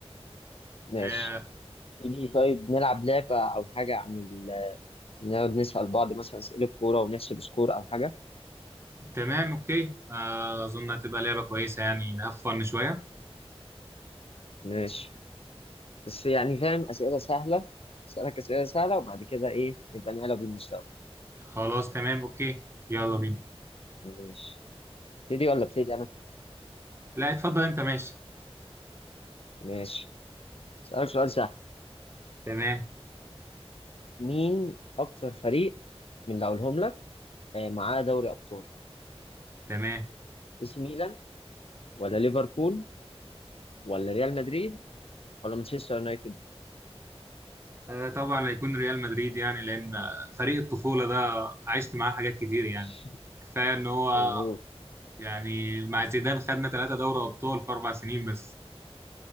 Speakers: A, on the left; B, on the right.
A: <laughs> ماشي
B: آه،
A: تيجي طيب نلعب لعبه او حاجه عن نقعد نسأل بعض مثلا أسئلة كورة ونحسب سكور أو حاجة
B: تمام اوكي آه، اظن هتبقى لعبة كويسة يعني نقفل شوية
A: ماشي بس يعني فاهم أسئلة سهلة أسألك أسئلة سهلة وبعد كده إيه نبقى نعلى بالمستوى
B: خلاص تمام اوكي يلا بينا
A: ماشي ابتدي ولا ابتدي أنا
B: لا اتفضل انت ماشي
A: ماشي أسألك سؤال سهل
B: تمام
A: مين أكتر فريق من اللي هقولهم لك آه، معاه دوري أبطال
B: تمام
A: إي سي ميلان ولا ليفربول ولا ريال مدريد ولا مانشستر يونايتد
B: آه، طبعا هيكون ريال مدريد يعني لان آه، فريق الطفولة ده عشت معاه حاجات كتير يعني
A: <laughs>
B: كفاية ان هو
A: مظبوط
B: يعني مع زيدان خدنا ثلاثة دوري ابطال في اربع سنين بس